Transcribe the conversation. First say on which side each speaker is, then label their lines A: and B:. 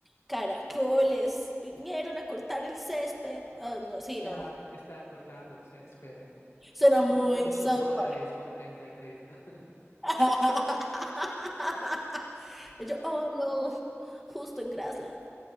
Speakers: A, in the centre; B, on the left.
A: Caracoles vinieron a cortar el césped. Ah, no, sí,
B: Jack
A: no.
B: está cortando el césped
A: Suena muy
B: por ocho
A: South Park.
B: dólares con 33. la-
A: <laughs> Y
B: <laughs>
A: Yo, oh no, justo en Grassland.